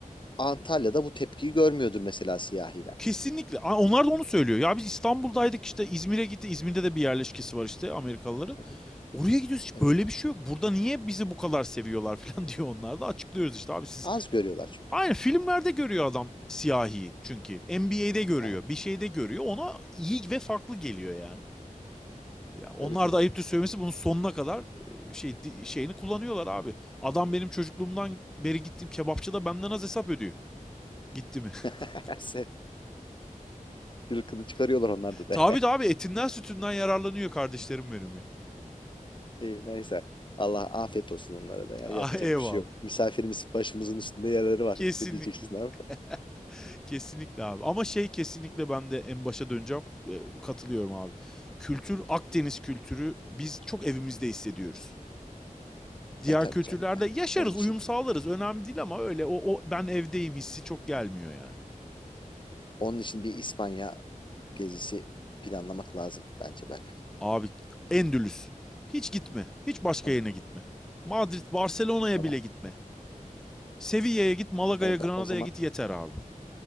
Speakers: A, on the left (about 35°); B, in the centre.
A: Antalya'da bu tepkiyi görmüyordur mesela siyahiler.
B: Kesinlikle. A- Onlar da onu söylüyor. Ya biz İstanbul'daydık işte İzmir'e gitti. İzmir'de de bir yerleşkesi var işte Amerikalıların.
A: Aha,
B: Oraya gidiyoruz hiç
A: evet.
B: böyle bir şey yok. Burada niye bizi bu kadar seviyorlar <laughs> falan diyor onlar da açıklıyoruz işte abi siz.
A: Az görüyorlar çünkü.
B: Aynen filmlerde görüyor adam siyahi çünkü. NBA'de görüyor
A: Aynen.
B: bir şeyde görüyor ona iyi ve farklı geliyor yani. Ya onlar
A: Tabii tabii.
B: da ayıptır söylemesi bunun sonuna kadar e, şey şeyini kullanıyorlar abi. Adam benim çocukluğumdan beri gittiğim kebapçıda benden az hesap ödüyor. Gitti mi? <laughs>
A: <laughs> Sen- Cılkını çıkarıyorlar onlarda da.
B: Tabii de abi etinden sütünden yararlanıyor kardeşlerim benim ya.
A: <laughs> İyi, neyse. Allah afiyet olsun onlara da ya.
B: <laughs>
A: Yapacak
B: Ah, eyvallah.
A: bir şey yok. Misafirimiz başımızın üstünde yerleri var.
B: Kesinlikle.
A: Ne diyeceksin abi?
B: <laughs> Kesinlikle abi. Ama şey kesinlikle ben de en başa döneceğim. Ee, katılıyorum abi. Kültür, Akdeniz kültürü biz çok evimizde hissediyoruz. Diğer
A: E tabii
B: kültürlerde
A: canım yani.
B: yaşarız,
A: Onun için
B: uyum sağlarız. Önemli değil ama öyle o, o ben evdeyim hissi çok gelmiyor yani.
A: Onun için bir İspanya gezisi planlamak lazım bence Berkay.
B: Abi Endülüs. Hiç gitme. Hiç başka
A: Tamam,
B: yerine gitme. Madrid, Barcelona'ya
A: tamam.
B: bile gitme. Sevilla'ya git, Malaga'ya,
A: Tamam
B: Granada'ya
A: ben o zaman
B: git yeter abi.